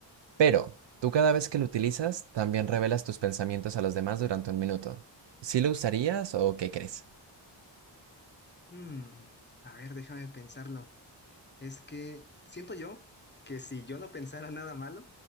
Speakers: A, on the right; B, on the left.
A: Pero tú cada vez que lo utilizas, también revelas tus pensamientos a los demás durante un minuto. ¿Sí lo usarías o qué crees?
B: Mm, a ver, déjame pensarlo. Es que siento yo que si yo no pensara nada malo,